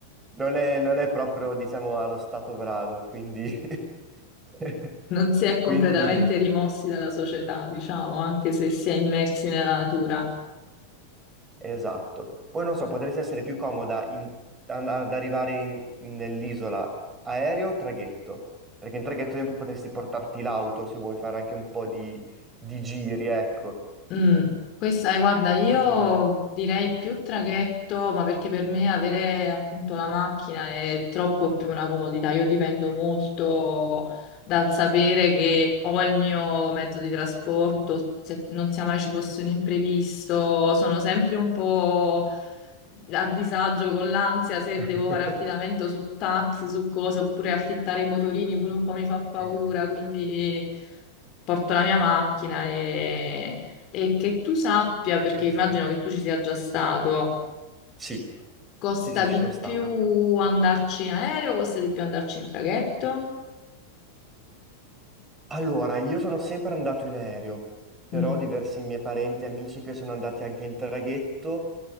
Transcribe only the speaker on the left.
non si è completamente
rimossi dalla società, diciamo, anche se si è immersi nella natura.
Mm. Questa, eh, guarda, io
direi più traghetto, ma perché per me avere appunto la macchina è troppo più una comodità. Io dipendo molto dal sapere che ho il mio mezzo di trasporto, se non sia mai ci fosse un imprevisto, sono sempre un po' a disagio con l'ansia se
devo fare affidamento su taxi, su cose, oppure affittare i motorini pure un po' mi fa paura,
quindi porto la mia macchina e, e che tu sappia, perché
immagino che tu ci sia già stato,
costa
di
più andarci in aereo, costa di più andarci in traghetto?
Mm,